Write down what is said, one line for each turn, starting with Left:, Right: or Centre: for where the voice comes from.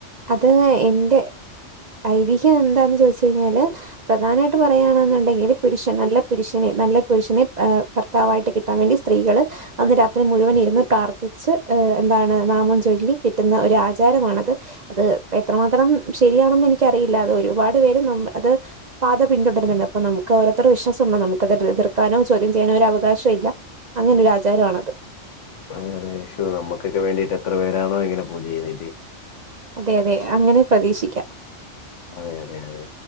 Right: അത്എന്റെ ഐതിഹ്യംഎന്താന്ന് ചോയ്ച്ചയ്ഞ്ഞാല് പ്രധാനമായിട്ട് പറയുകയാണെന്നുണ്ടെങ്കില് പുരുഷൻ നല്ലപുരുഷനെ നല്ല പുരുഷനെ ഭർത്താവായിട്ട് കിട്ടാൻ വേണ്ടി സ്ത്രീകൾ അന്ന് രാത്രി മുഴുവൻ ഇരുന്ന്- പ്രാർത്ഥിച്ച് എന്താണ് നാമം ചൊല്ലി കിട്ടുന്ന ഒരു ആചാരമാണിത്. അത് എത്രമാത്രം ശരിയാണെന്ന് എനിക്കറിയില്ല അത് ഒരുപാട് പേര് അത്- പാത പിന്തുടരുന്നുണ്ട് അപ്പ നമുക്ക് ഓരോരുത്തരു വിശ്വാസുണ്ടോ നമുക്ക്ത് എീർക്കാനോ ചോദ്യം ചെയ്യാനോ ഒരു അവകശോ ഇല്ല- അങ്ങനെ ഒരു ആചാരമാണത്.
Left: അ ഈശോ നമ്മക്കെകെ വേണ്ടീട്ട് എത്ര പേരാണോ ഇങ്ങനെ പൂജ ചെയ്യേ-
Right: അതെ അതെ അങ്ങനെ പ്രതീക്ഷിക്കാം.
Left: അതെ അതെ അതെ